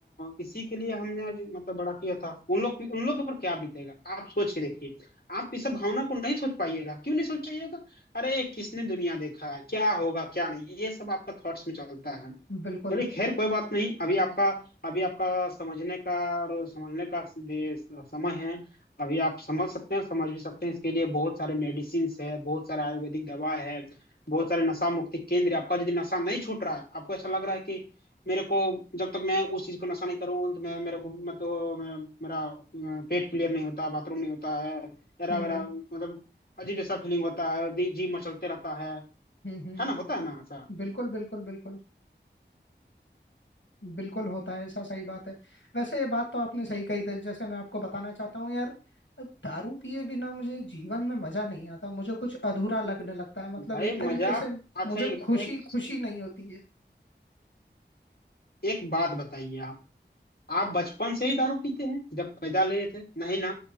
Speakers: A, on the left; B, on the left.
A: इसी के लिए हमने आज मतलब बड़ा किया था उन लोग उन लोग के ऊपर क्या बीतेगा आप सोच के देखिए आप इस भावना को नहीं सोच पाइएगा क्यों नहीं सोच पाइएगा अरे किसने दुनिया देखा है क्या होगा क्या नहीं ये सब आपका थॉट्स में चलता है
B: बिल्कुल
A: चलिए खैर कोई बात नहीं अभी आपका अभी आपका समझने का और समझने का दे- समय है अभी आप समझ सकते हैं समझ भी सकते हैं इसके लिए बहुत सारे मेडिसिन है बहुत सारे आयुर्वेदिक दवा है बहुत सारे नशा मुक्ति केंद्र है। आपका यदि नशा नहीं छूट रहा है आपको ऐसा लग रहा है कि मेरे को जब तक मैं उस चीज को नशा नहीं करूँ तो मैं मेरे को मतलब मैं, मेरा अ, पेट क्लियर नहीं होता बाथरूम नहीं होता है मेरा
B: हम्म
A: मेरा मतलब अजीब जैसा फीलिंग होता है जी जी मचलते रहता है
B: हम्म हम्म
A: है ना होता है ना ऐसा
B: बिल्कुल बिल्कुल बिल्कुल बिल्कुल होता है ऐसा सही बात है वैसे ये बात तो आपने सही कही थी जैसे मैं आपको बताना चाहता हूँ यार दारू पिए बिना मुझे जीवन में मजा नहीं आता मुझे कुछ अधूरा लगने लगता है मतलब
A: भाई
B: एक तरीके
A: मजा
B: से
A: अच्छा
B: मुझे
A: एक
B: खुशी
A: एक
B: खुशी नहीं होती है
A: एक बात बताइए आप आप बचपन से ही दारू पीते हैं जब पैदा लिए थे नहीं ना